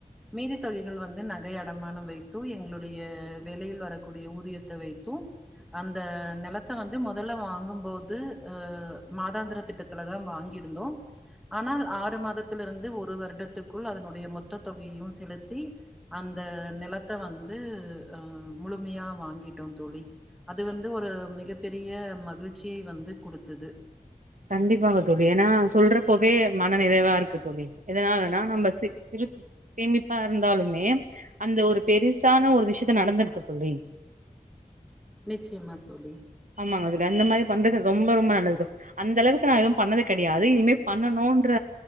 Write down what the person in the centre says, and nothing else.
மீதி தொகைகள் வந்து நகை அடமானம் வைத்து எங்களுடைய வேளையில் வரக்கூடிய ஊதியத்தை வைத்து அந்த நிலத்த வந்து மொதல்ல வாங்கும்போது அ மாதாந்தர திட்டத்துல தா வாங்கியிருந்தோ ஆனால் ஆறு மாதத்தில இருந்து ஒரு வருடத்துக்குள் அதனுடைய மொத்த தொகையையு செலுத்தி அந்த நிலத்த வந்து அ முழுமையா வாங்கிடோ தோழி அது வந்து ஒரு மிக பெரிய மகிழ்ச்சி வந்து குடுத்தது
நிச்சயமா தோழி